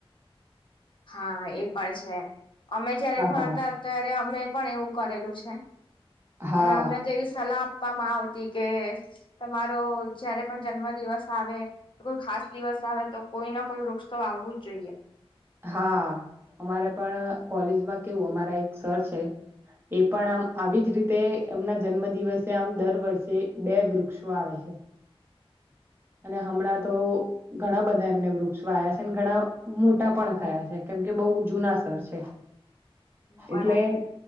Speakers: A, on the left; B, on the right.
A: હા, એ પણ છે. અમે જયારે
B: હા
A: ભણતા ત્યારે અમે પણ એવું કરેલું છે,
B: હા હા
A: અને અમને તેવી સલાહ આપ આપવામાં આવતી કે તમારો જયારે, પણ જન્મ દિવસ આવે કોઈ, ખાસ દિવસ આવે તો કોઈ ના કોઈ વૃક્ષ, તો આવવું જ જોઈએ
B: હા, અમારે પણ કોલેજમાં કેવું અમારા એક સર છે. એ પણ આમ આવીજ રીતે, એમના જન્મ દિવસે આમ દર વર્ષે બે વૃક્ષો આવે છે. હ અને હમણાં તો ઘણા બધા એમને વૃક્ષો આવયા છે, ઘણા મોટા પણ થયા છે. કેમ કે બહ જૂના શર છે,
A: બરાબર.
B: એટલે